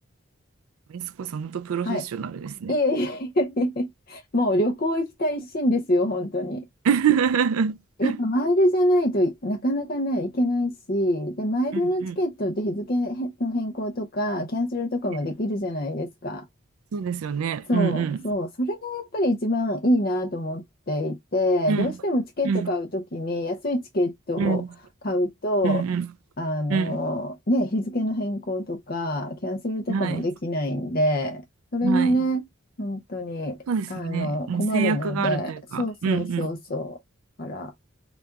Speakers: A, on the right; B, on the left.
A: エスコさん、本当プロフェッショナルですね。
B: はい。いえいえいえいえ、<laughs> もう旅行行きたい一心ですよ、本当に。
A: <laughs> うん
B: やっぱマイルじゃないとなかなかね、行けないし、で、マイルのチケットって日付の変更とか、
A: うん
B: キャンセルとかもできるじゃないですか。
A: ねそうですよね。
B: そうそう、
A: うん
B: それがやっぱり一番いいなと思っていて、
A: うん。
B: どうしてもチケット買うときに安いチケットを買うと、
A: うんうんうんうん
B: あのね、
A: うん
B: 日付の変更とかキャンセルとかもできないんで、
A: うん。はい
B: それがね、
A: はい。
B: 本当にあの困るので、
A: そうですよね。もう制約があるというか。
B: そうそうそうそう、
A: うんうん。
B: だから